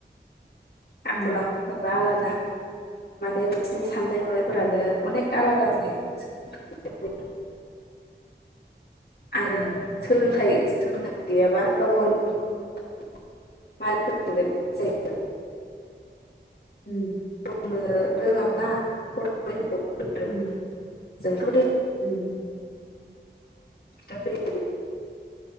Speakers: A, on the left; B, on the left.
A: आखल
B: उम
A: आखु जेनबा आलादा माने बिसोरनि साननाय हनायफोरानो
B: उम
A: अनेक आलादा जायो <unintelligible> आरो
B: उम
A: सोलोंथ-सोलोंथाइ गैयाबा गाव गावनि <unintelligible> माइ फोरोंगोन जायखौ
B: उम।
A: बुंनो रोङा बा <unintelligible>
B: उम
A: जोंथ'
B: उम
A: <unintelligible> <unintelligible> बे